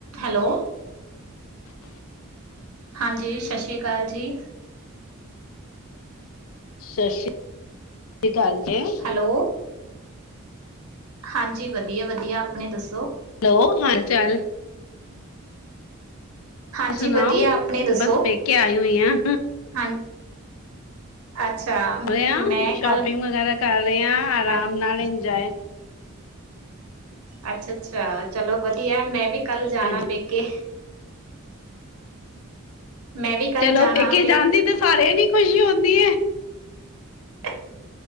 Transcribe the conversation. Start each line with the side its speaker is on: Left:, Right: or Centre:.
Right: Hello.
Left: <inaudible>
Right: ਹਾਂਜੀ, ਸ਼ਸ਼੍ਰੀ ਕਾਲ ਜੀ।
Left: ਸ਼ਸ਼ਿ ਅਕਾਲ ਜੀ।
Right: ਹੈਲੋ! ਹਾਂਜੀ, ਵਦੀਆ- ਵਦੀਆ, ਆਪਨੀ ਦੱਸੋ।
Left: ਹੈਲੋ, ਹਾਲ-ਚਾਲ?
Right: ਹਾਂਜੀ
Left: ਸੁਨਾਓ,
Right: ਵਧੀਆ ਆਪਣੇ ਦੱਸੋ
Left: ਬਸ ਪੇਕੇ ਆਈ ਹੋਈ ਆ।
Right: ਹਾਂ ਅੱਛਾ।
Left: ਪ੍ਰਿਆ,
Right: ਮੈਂ
Left: ਸ਼ੋਪਿੰਗ
Right: ਕੱਲ
Left: ਵਗੈਰਾ ਕਰ ਰਏ ਆ, ਆਰਾਮ
Right: ਅ
Left: ਨਾਲ ਇੰਜੋਏ।
Right: ਅੱਛਾ-ਅੱਛਾ, ਚਲੋ ਵਦੀਆ, ਮੈਂ ਵੀ ਕੱਲ ਜਾਨਾ
Left: ਹਾਂਜੀ,
Right: ਪੇ ਕੇ। ਮੈਂ ਵੀ ਕੱਲ
Left: ਚਲੋ,
Right: ਜਾਣਾ
Left: ਪੇਕੇ ਜਾਂਨ ਦੀ ਤੇ ਸਾਰੇਆ ਨੂੰ ਖੁਸ਼ੀ ਹੁੰਦੀ ਏ।
Right: <inaudible>